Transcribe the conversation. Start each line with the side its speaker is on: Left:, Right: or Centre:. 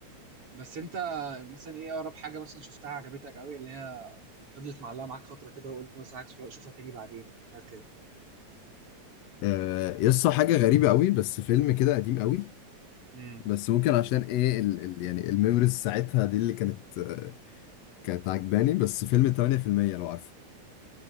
Right: بس انت مثلا ايه اقرب حاجة مثلا شفتها عجبتك قوي اللي هي فضلت معلقة معاك فترة كده وقلت مثلا عايز اشوفها تاني بعدين حاجات كده
Left: آه يا اسطى حاجه غريبه قوي بس فيلم كده قديم قوي
Right: امم
Left: بس ممكن عشان ايه ال ال يعني الميموريز ساعتها دي اللي كانت آه، كانت عجباني بس فيلم 8% لو عارفه